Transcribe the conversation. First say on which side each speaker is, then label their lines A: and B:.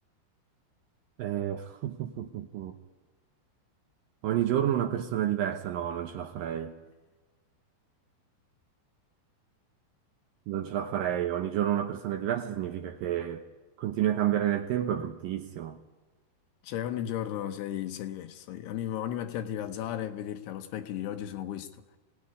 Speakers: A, on the right (about 70°); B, on the left (about 75°).
A: Eh, <laughs> ogni giorno una persona diversa, no, non ce la farei. Non ce la farei. Ogni giorno una persona diversa significa che continui a cambiare nel tempo, è bruttissimo.
B: Cioè ogni giorno sei, sei diverso. Ogni, ogni mattina ti devi alzare e vederti allo specchio e dire oggi sono questo.